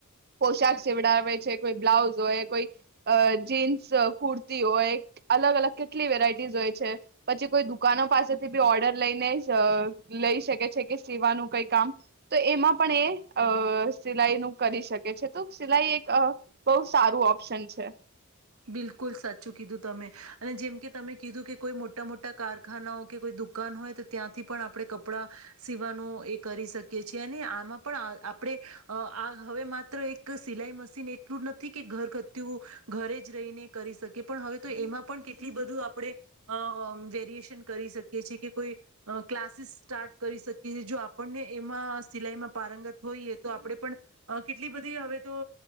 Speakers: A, on the right; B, on the right.
A: પોશાક સીવડાવે છે, કોઈ બ્લાઉઝ હોય, કોઈ અહ જીન્સ સ કુર્તી હોય, અલગ-અલગ કેટલી વેરાયટીઝ હોય છે, પછી કોઈ દુકાનો પાસેથી બી ઓર્ડર લઈને અહ લઈ શકે છે, કે સીવાનું કાઈ કામ તો એમાં પણ એ અહ સિલાઈ નું કરી શકે છે. તો સિલાઈ એક બહુ સારું ઓપ્શન છે.
B: બિલકુલ સાચું કીધું તમે, અને જેમ કે તમે કીધું કે કોઈ મોટા મોટા કારખાનાઓ કે કોઈ દુકાન હોય તો ત્યાંથી પણ આપણે કપડાં સીવાનું એ કરી શકીએ છીએ અને આમાં પણ આ આપણે અહ આ હવે માત્ર એક સિલાઈ મશીન એટલું જ નથી કે ઘર ઘતું ઘરે જ રહીને કરી શકી પણ હવે તો એમાં પણ કેટલી બધું અહ આપણે વેરિએશન કરી શકીએ છી કે કોઈ ક્લાસીસ સ્ટાર્ટ કરી શકીએ, જો આપણને એમાં સિલાઈમાં પારંગત હોઈએ તો આપણે પણ કેટલી બધી હવે તો